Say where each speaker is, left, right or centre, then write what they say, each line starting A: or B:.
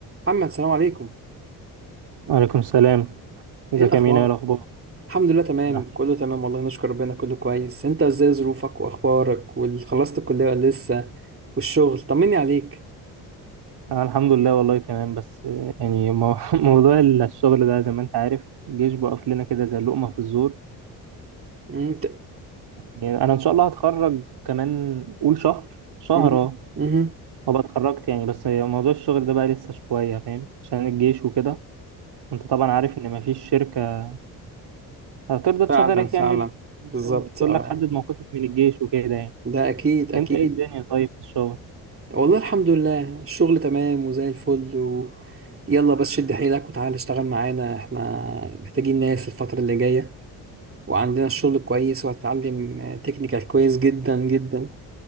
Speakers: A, on the right; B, on the right.
A: محمد سلام عليكم
B: وعليكم السلام ازيك
A: ايه الاخبار
B: يا مينا ايه الاخبار
A: الحمد لله تمام
B: انا
A: كله تمام والله نشكر ربنا كله كويس انت ازاي ظروفك واخبارك وخلصت الكليه ولا لسه والشغل طمني عليك
B: أنا الحمد لله والله تمام بس آه، يعني مو- <laughs> موضوع الشغل ده زي ما انت عارف الجيش بقف لنا كده زي اللقمه في الزور
A: مم، ت-
B: يعني انا ان شاء الله هتخرج كمان قول شهر شهر
A: مم،
B: اه
A: مم.
B: وابقى اتخرجت يعني بس موضوع الشغل ده بقى لسه شويه فاهم عشان الجيش وكده وانت طبعا عارف ان مفيش شركه هترضى تشغلك
A: فعلا فعلا
B: يعني
A: بالظبط
B: اه تقول
A: اه
B: لك حدد موقفك من الجيش وكده يعني
A: ده اكيد اكيد
B: انت ايه الدنيا طيب في الشغل
A: والله الحمد لله الشغل تمام وزي الفل و... يلا بس شد حيلك وتعال اشتغل معانا احنا محتاجين ناس الفترة اللي جاية وعندنا الشغل كويس وهتتعلم تكنيكال كويس جدا جدا